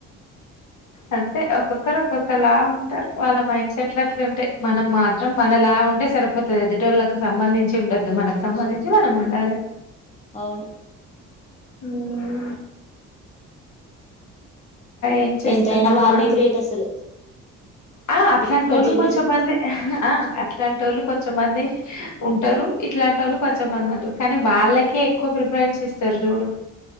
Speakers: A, on the left; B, on the left.
A: అంతే ఒక్కొక్కరు ఒక్కొక్క లా ఉంటారు వాళ్ళ మైండ్ సెట్లంటేయి మనం మాత్రం మన లా ఉంటే సరిపోతది ఎదుటోళ్ళకి సంబంధించి ఉండద్దు మనకు సంబంధించి మనం ఉండాలి
B: అవును
A: ఊమ్ ఏం చేస్తున్నావు
B: ఎంతయినా వాళ్ళే
A: మన
B: గ్రేట్ అసలు
A: ఆ అట్లాంటోళ్ళు
B: ఇప్పటి జనరేషన్
A: కొంచెంమంది ఆ అట్లాంటోళ్ళు కొంచమంది ఉంటారు ఇట్లాంటి వాళ్ళు కొంచెమందుం టరు కానీ వాళ్ళకే ఎక్కువ ప్రిఫరెన్స్ ఇస్తారు త జడు